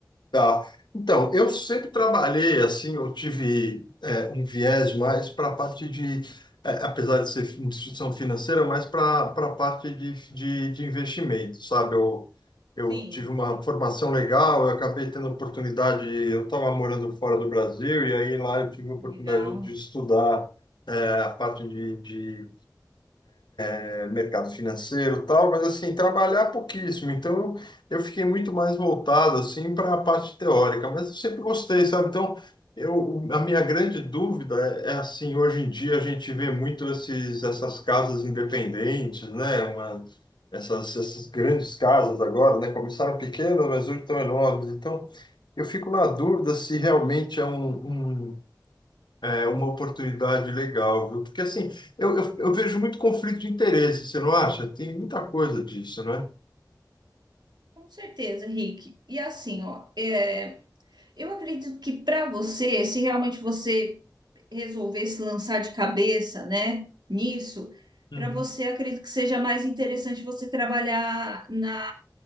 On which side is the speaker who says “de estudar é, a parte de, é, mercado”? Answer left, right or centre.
Left